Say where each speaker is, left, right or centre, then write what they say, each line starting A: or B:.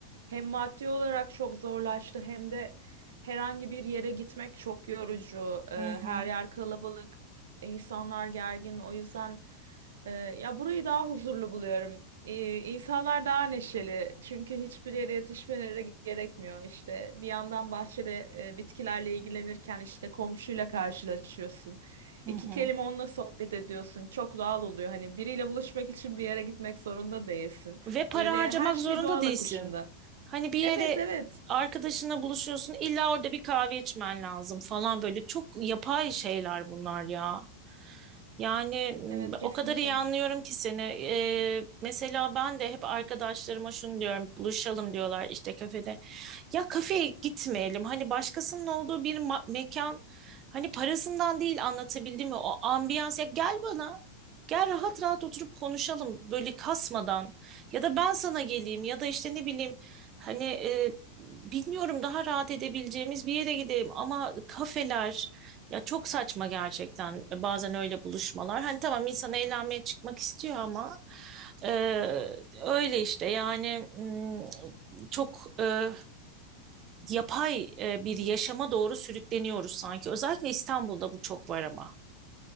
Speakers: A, on the right; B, on the right.
A: Hem maddi olarak çok zorlaştı hem de herhangi bir yere gitmek çok yorucu. E,
B: Hı hı.
A: her yer kalabalık, insanlar gergin. O yüzden. Ee, ya burayı daha huzurlu buluyorum. Ee, insanlar daha neşeli. Çünkü hiçbir yere yetişmeleri gerekmiyor. İşte bir yandan bahçede e, bitkilerle ilgilenirken işte komşuyla karşılaşıyorsun. İki
B: Hı hı.
A: kelime onunla sohbet ediyorsun. Çok doğal oluyor. Hani biriyle buluşmak için bir yere gitmek zorunda değilsin.
B: Ve para
A: Böyle
B: harcamak
A: her şey
B: zorunda
A: doğal
B: değilsin.
A: akışında.
B: Hani bir yere
A: Evet, evet.
B: arkadaşınla buluşuyorsun, illa orada bir kahve içmen lazım falan böyle çok yapay şeyler bunlar ya. Yani
A: Evet,
B: m,
A: kesinlikle.
B: o kadar iyi anlıyorum ki seni. Ee, mesela ben de hep arkadaşlarıma şunu diyorum, buluşalım diyorlar işte kafede. Ya kafeye gitmeyelim. Hani başkasının olduğu bir ma- mekan. Hani parasından değil anlatabildim mi? O ambiyans. Ya gel bana. Gel rahat rahat oturup konuşalım böyle kasmadan. Ya da ben sana geleyim ya da işte ne bileyim hani e, bilmiyorum daha rahat edebileceğimiz bir yere gidelim ama kafeler ya çok saçma gerçekten bazen öyle buluşmalar. Hani tamam insan eğlenmeye çıkmak istiyor ama e, öyle işte yani mm, çok e, yapay e, bir yaşama doğru sürükleniyoruz sanki. Özellikle İstanbul'da bu çok var ama.